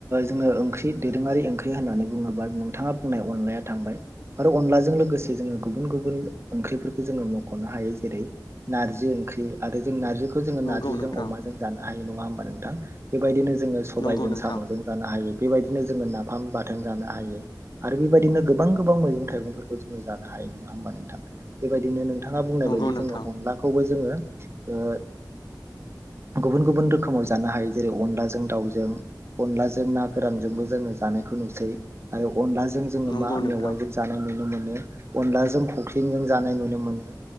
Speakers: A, on the right; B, on the left.
A: जोंङो ओंख्रि दोरोङारि ओंख्रि होननानै बुंङोबा नोंथांङा बुंनाय अनलाया थांबाय आरो अनलाजों लोगोसे जोंङो गुबुन गुबुन ओंख्रिफोरखौ जोंङो मख'नो हायो जेरै नारजि ओंख्रि आरो जों नारजि खौ जोङो नारजिजों
B: नंगौ नोंथां
A: अमाजों जानो हायो नंङा होमबा नों थां बेबायदिनो जोंङो सबायजों
B: नंगौ नोंथां
A: सामजों जानो हायो। बेबायदिनो जोङो नाफाम बाथोन जानो हायो आरो बेबायदिनो गोबां गोबां मैगं थाइगंफोरखौ जोङो जानो हायो नङा होमबा नोंथां बेबायदिनो नों थाङा बुंनाय
B: नंगौ
A: बायदि
B: नोंथां
A: जोंङो अनलाखौबो जोङो ओ गुबुन गुबुन रोखोमाव जानो हायो जेरै अनलाजों दाउजों अनलाजों ना गोरानजोंबो जोङो जानायखौ नुसै आरो अनलाजों जोङो
B: नंगौ
A: मा
B: नोंथां
A: मेवाइजों जानाय नुनो मोन मोनो अनलाजों खख्लिंजों जानाय नुनो मोनो